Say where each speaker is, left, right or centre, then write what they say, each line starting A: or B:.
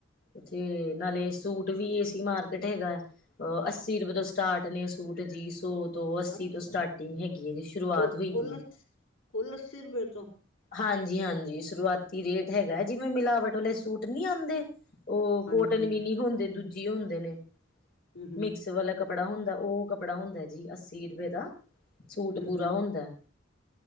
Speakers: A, on the left; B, on the left.
A: ਉੱਥੇ ਨਾਲੇ ਸੂਟ ਵੀ ਏ ਸੀ ਮਾਰਕੀਟ ਹੈਗਾ ਅਹ ਅੱਸੀ ਰੁਪਏ ਤੋਂ ਸਟਾਰਟ ਨੇ ਸੂਟ। ਦੀ ਸੌ। ਦੋ ਅੱਸੀ
B: ਅਸ
A: ਤੋਂ ਸਟਾਰਟਿੰਗ ਹੈਗੀ ਹੈ ਜੀ ਸ਼ੁਰੂਆਤ
B: ਕੁ
A: ਹੋਈ
B: ਕੁੱਲ
A: ਪਈ ਹੈ।
B: ਕੁੱਲ ਅੱਸੀ ਰੁਪਏ ਤੋਂ
A: ਹਾਂਜੀ ਹਾਂਜੀ ਸ਼ੁਰੂਆਤੀ ਰੇਟ ਹੈਗਾ ਜਿਵੇਂ ਮਿਲਾਵਟ ਵਾਲੇ ਸੂਟ ਨਹੀ ਆਉਂਦੇ‌। ਉਹ
B: ਹਾਂਜੀ
A: ਕੋਟਨ
B: ਹਾਂਜੀ
A: ਵੀ ਨਹੀਂ ਹੁੰਦੇ ਦੂਜੀ ਹੁੰਦੇ ਨੇ
B: ਹੂੰ ਹੂੰ
A: ਮਿਕਸ ਵਾਲਾ ਕੱਪੜਾ ਹੁੰਦਾ ਉਹ । ਕੱਪੜਾ ਹੁੰਦਾ ਜੀ ਅੱਸੀ ਰੁਪਏ ਦਾ ਸੂਟ
B: ਹੂੰ
A: ਪੂਰਾ
B: ਹੂੰ
A: ਹੁੰਦਾ ਹੈ।